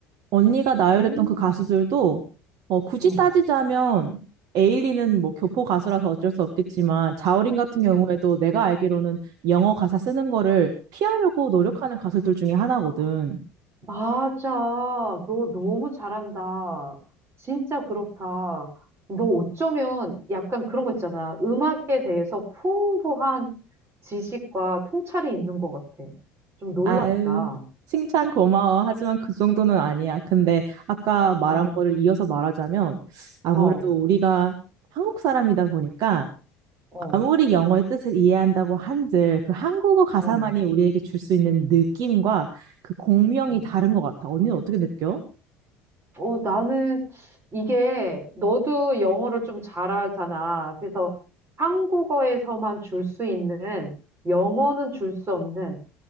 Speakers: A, on the right (about 55°); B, on the right (about 35°).
A: 언니가
B: 음,
A: 나열했던
B: 음,
A: 그 가수들도 어, 굳이
B: 음,
A: 따지자면 에일리는 뭐 교포 가수라서 어쩔 수 없겠지만 자우림 같은 경우에도
B: 음.
A: 내가 알기로는 영어 가사 쓰는 거를 피하려고 노력하는
B: 음.
A: 가수들 중에 하나거든.
B: 아, 맞아. 너 너무 잘한다. 진짜 그렇다. 너 어쩌면 약간 그런 거 있잖아. 음악에 대해서 풍부한 지식과 통찰이 있는 것 같아. 좀 놀랍다.
A: 아유, 칭찬 고마워. 하지만 그 정도는 아니야. 근데 아까 말한
B: 어,
A: 거를 이어서 말하자면 아무래도
B: 어,
A: 우리가 한국 사람이다 보니까
B: 어.
A: 아무리 영어의 뜻을 이해한다고 한들 그 한국어 가사만이
B: 어,
A: 우리에게 줄 수 있는 느낌과 그 공명이
B: 어.
A: 다른 것 같아. 언니는 어떻게 느껴?
B: 어, 나는 이게 너도 영어를 좀 잘하잖아. 그래서 한국어에서만 줄 수 있는 영어는 줄 수 없는